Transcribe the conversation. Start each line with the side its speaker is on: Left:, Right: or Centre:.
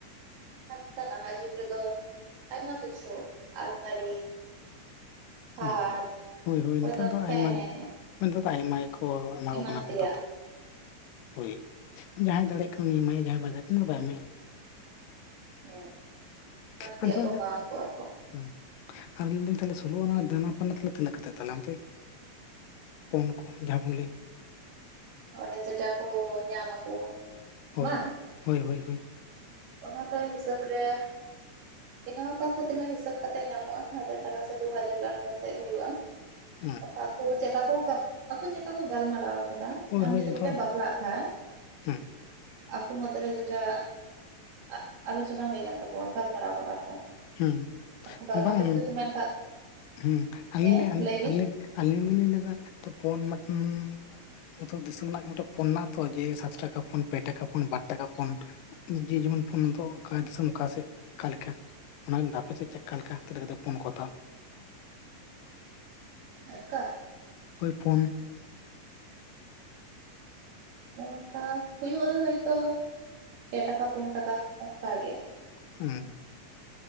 Right: ᱟᱨ ᱱᱮᱛᱟᱨ ᱱᱟᱦᱟᱸᱜ ᱡᱩᱜᱽ ᱨᱮᱫᱚ ᱟᱭᱢᱟ ᱠᱤᱪᱷᱩ ᱟᱞᱢᱟᱨᱤ, ᱠᱷᱟᱴ
Left: ᱦᱩᱸ ᱦᱳᱭ ᱦᱳᱭ
Right: ᱚᱠᱚᱭ
Left: ᱱᱮᱛᱟᱨ ᱫᱚ
Right: ᱯᱷᱮᱱ
Left: ᱟᱭᱢᱟ ᱜᱮ, ᱦᱳᱭ ᱱᱮᱛᱟᱨ ᱫᱚ ᱟᱭᱢᱟ ᱜᱮᱠᱚ ᱮᱢᱟ
Right: ᱮᱢᱟᱱ
Left: ᱠᱚ ᱠᱟᱱᱟ ᱠᱚ
Right: ᱛᱮᱭᱟᱜ
Left: ᱱᱮᱛᱟᱨ ᱫᱚ᱾ ᱦᱳᱭ ᱡᱟᱦᱟᱸᱭ ᱫᱟᱲᱮᱭᱟᱜ ᱠᱟᱱ ᱩᱱᱤ ᱮᱢᱟᱭ ᱡᱟᱦᱟᱸᱭ ᱵᱟᱭ ᱫᱟᱲᱭᱟᱜ ᱠᱟᱱᱟ ᱩᱱᱤ ᱫᱚ ᱵᱟᱭ ᱮᱢᱟᱭᱟ᱾
Right: ᱦᱮᱸ ᱮᱢᱟᱱ ᱛᱮᱭᱟᱜ
Left: ᱟᱨ ᱱᱮᱛᱟᱨ
Right: ᱠᱚ
Left: ᱫᱚ
Right: ᱮᱢᱟᱣ ᱠᱚᱣᱟ᱾ ᱠᱚ
Left: ᱦᱩᱸ ᱟᱨ ᱞᱟᱹᱭᱫᱟᱹᱧ ᱛᱟᱦᱚᱞᱮ ᱥᱚᱞᱳ ᱟᱱᱟ ᱫᱮᱱᱟ ᱯᱟᱣᱱᱟ ᱛᱟᱦᱚᱞᱮ ᱛᱤᱱᱟᱹᱜ ᱠᱟᱛᱮᱜ ᱛᱟᱦᱚᱞᱮ ᱚᱱᱛᱮ? ᱯᱚᱱ ᱠᱚ ᱡᱟᱦᱟᱸ ᱵᱚᱱ ᱞᱟᱹᱭ
Right: ᱚᱱᱮ ᱡᱮᱴᱟ ᱠᱚ ᱧᱟᱢᱟᱠᱚ
Left: ᱦᱳᱭ,
Right: ᱵᱟᱝ
Left: ᱦᱳᱭ, ᱦᱳᱭ, ᱦᱳᱭ,
Right: ᱚᱱᱟ ᱫᱚ ᱦᱤᱥᱟᱹᱵᱽ ᱨᱮ ᱮᱢᱟᱣ ᱠᱚᱣᱟ ᱠᱚ ᱛᱤᱱᱟᱹᱜ ᱦᱤᱥᱟᱹᱵᱽ ᱠᱟᱛᱮ ᱧᱟᱢᱚᱜ-ᱟ ᱦᱟᱡᱟᱨ ᱴᱟᱠᱟ ᱥᱮ ᱫᱩ ᱦᱟᱡᱟᱨ ᱜᱟᱱ ᱯᱟᱥᱮᱡ ᱦᱩᱭᱩᱜ-ᱟ᱾
Left: ᱦᱩᱸ.
Right: ᱚᱠᱟ ᱠᱚ ᱪᱮᱜᱠᱟ ᱠᱚ ᱜᱟ ᱟᱠᱚ ᱪᱮᱜᱠᱟ ᱠᱚ ᱜᱟᱞᱢᱟᱨᱟᱣ ᱠᱟᱫᱟ᱾
Left: ᱦᱳᱭ,
Right: ᱟᱢ
Left: ᱦᱳᱭ
Right: ᱡᱩᱫᱤ
Left: ᱡᱚᱛᱚ
Right: ᱢᱤᱫᱴᱮᱱ ᱵᱟᱯᱞᱟᱜ ᱠᱷᱟᱡ
Left: ᱦᱩᱸ
Right: ᱟᱠᱚ ᱢᱩᱫᱽᱨᱮ ᱡᱮᱴᱟ ᱟ ᱟᱞᱳᱪᱚᱱᱟ ᱦᱩᱭ ᱠᱟᱱ ᱛᱟᱠᱚᱣᱟ ᱜᱟᱞᱢᱟᱨᱟᱣ ᱠᱟᱫᱟ ᱠᱚ᱾
Left: ᱦᱩᱸ
Right: ᱟᱠᱚ
Left: ᱵᱟᱝ
Right: ᱟᱠᱚ ᱡᱩᱫᱤ ᱠᱚ ᱢᱮᱱ ᱠᱷᱟᱱ
Left: ᱦᱩᱸ ᱟᱞᱤᱧ
Right: ᱦᱮᱸ
Left: ᱞᱤᱧ ᱞᱟᱹᱭᱟ
Right: ᱞᱟᱹᱭ ᱵᱤᱱ
Left: ᱟᱞᱮ-ᱟᱞᱮ ᱟᱞᱤᱧ ᱫᱚᱞᱤᱧ ᱞᱟᱹᱭᱫᱟ ᱛᱚ ᱯᱚᱱ ᱢᱮᱫᱴᱮᱱ ᱡᱚᱛᱷᱚ ᱫᱤᱥᱚᱢ ᱨᱮᱱᱟᱜ ᱜᱮ ᱢᱤᱫᱴᱮᱜ ᱯᱚᱱ ᱢᱮᱱᱟᱜ ᱛᱚ ᱡᱮ ᱥᱟᱛ ᱴᱟᱠᱟ ᱯᱚᱱ, ᱯᱮ ᱴᱟᱠᱟ ᱯᱚᱱ, ᱵᱟᱴ ᱴᱟᱠᱟ ᱯᱚᱱ᱾ ᱡᱮ ᱡᱮᱢᱚᱱ ᱯᱚᱱ ᱫᱚ ᱚᱠᱟ ᱫᱤᱥᱚᱢ ᱚᱠᱟ ᱥᱮᱜ ᱚᱠᱟᱞᱮᱠᱟ? ᱚᱱᱟᱜᱮ ᱫᱷᱟᱯᱮ ᱥᱮᱜ ᱪᱮᱜᱠᱟ ᱞᱮᱠᱟ ᱛᱤᱱᱟᱹᱜ ᱠᱟᱛᱮᱜ ᱯᱚᱱ ᱠᱚ ᱦᱟᱛᱟᱣᱟ?
Right: ᱚᱱᱠᱟ
Left: ᱳᱭ ᱯᱚᱱ
Right: ᱚᱱᱠᱟ ᱦᱩᱭᱩᱜ-ᱟ ᱦᱚᱭᱛᱚ ᱯᱮ ᱴᱟᱠᱟ ᱯᱩᱱ ᱴᱟᱠᱟ ᱚᱝᱠᱟ ᱜᱮ᱾
Left: ᱦᱩᱸ,